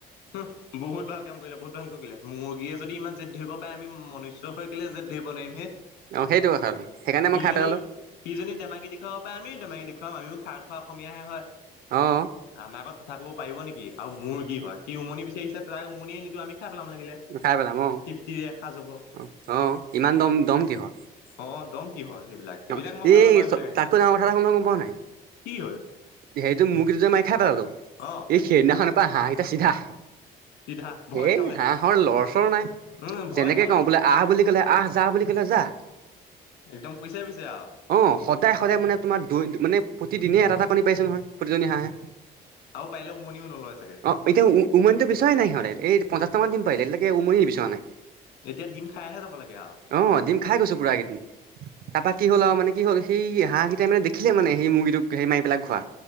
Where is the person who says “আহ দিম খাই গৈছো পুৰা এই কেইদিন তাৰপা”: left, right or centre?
Right